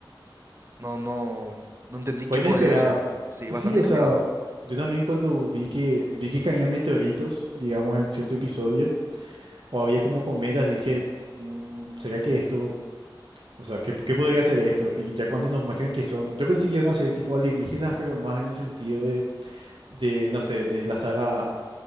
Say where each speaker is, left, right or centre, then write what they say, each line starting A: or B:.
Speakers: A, on the right; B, on the right.
A: no, no, no entendí
B: Fue
A: qué
B: inesperado.
A: podría ser. Sí,
B: Sí,
A: bastante
B: o
A: inesperado.
B: sea, yo también cuando vi que vi que caían meteoritos, digamos, en cierto episodio, o había como cometas, dije, "Mm, ¿será que esto, o sea, ¿qué, qué podría ser esto? Y ya cuando nos muestran que son, yo pensé que iban a ser tipo alienígenas, pero más en el sentido de, de, no sé, de la saga,